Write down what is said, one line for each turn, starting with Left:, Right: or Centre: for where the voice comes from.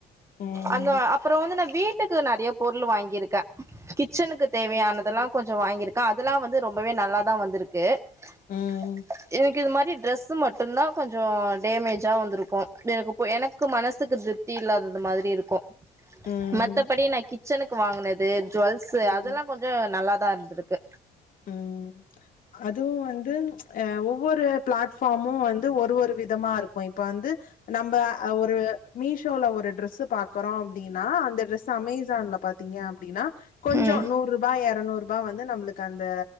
Left: ம் ம்
Right: அந்த அப்பற வந்து நா வீட் ட்டுக்கு நறைய பொருள் வாங்கியிருக்க கிச்சனுக்கு தேவையானதெல்லா கொஞ்ச வாங்கியிருக்கா அதெல்லா வந்து ரொம்பவே நல்லாதா வந்துருக்கு <inaudible>
Left: ம்
Right: இது மாரி ட்ரெஸ் மட்டுந்தா கொஞ்சொ டேமேஜா வந்துருக்கு கு எனக்கிப்போ எனக்கு மனசுக்கு திருப்தி இல்லாதது மாரி திருக்கும்
Left: ம்
Right: மத்த படினகி கிச்சனுக்கு வாங்குனது ஜொல்ஸ்சு
Left: ம்
Right: அதெல்லா கொஞ்ச நல்லா இதாருந்துருக்கு.
Left: ம் அதுவும் வந்து அ ஒவ்வொரு ஃப்ளாட்ஃபார்மு வந்து ஒரு ஒரு விதமா இருக் போ இப்ப வந்து நம்ப ஒரு மீஷோல ஒரு ட்ரெஸ் பாக்குறோ அப்டின்னா அந்த ட்ரெஸ் சமேஸ் இன்ஸ்டால பாத்தீங்க அப்டின்னா கொஞ்சோ
Right: ம்
Left: நூற்ருபா எரநூற்ருபா வந்து நம்மளுக் அந்த